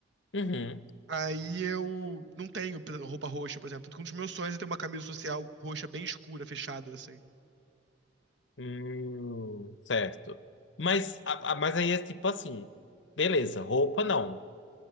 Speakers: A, on the left (about 85°); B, on the right (about 75°).
A: Uhum.
B: Aí eu não tenho pe- roupa roxa, por exemplo. Tanto Um dos meus sonhos é ter uma camisa social roxa bem escura, fechada, assim.
A: Hum, certo. Mas, a- a- mas aí é tipo assim, beleza, roupa não.